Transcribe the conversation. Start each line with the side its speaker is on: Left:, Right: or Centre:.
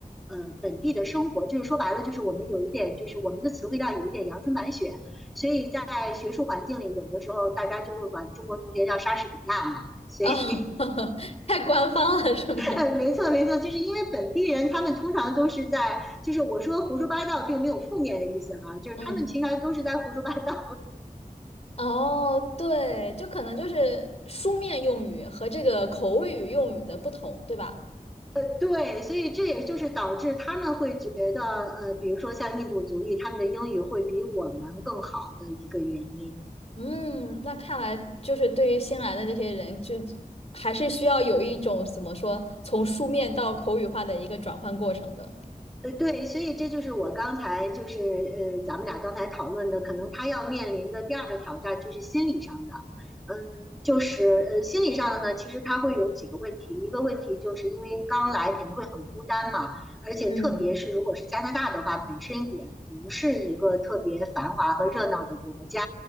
Centre: 呃本地的生活，就是说白了，就是我们有一点，就是我们的词汇量有一点阳春白雪，所以在学术环境里，有的时候大家就会管中国同学叫莎士比亚嘛，所以
Left: 哦，<laughs> 太官方了是吗？
Centre: 嗯，没错没错，就是因为本地人他们通常都是在，就是我说胡说八道并没有负面的意思啊，就是他们平常都是在胡说八道。
Left: 嗯，哦，对，就可能就是书面用语和这个口语用语的不同，对吧？
Centre: 呃，对，所以这也就是导致他们会觉得，呃，比如说像印度族裔，他们的英语会比我们更好的一个原因。
Left: 嗯，那看来就是对于新来的这些人，就还是需要有一种怎么说，从书面到口语化的一个转换过程的。
Centre: 呃，对，所以这就是我刚才就是呃，咱们俩刚才讨论的，可能他要面临的第二个挑战就是心理上的，嗯，就是呃，心理上的呢，其实他会有几个问题，一个问题就是因为刚来肯定会很孤单嘛，而且特别是如果是加拿大的话，
Left: 嗯
Centre: 本身也不是一个特别繁华和热闹的国家，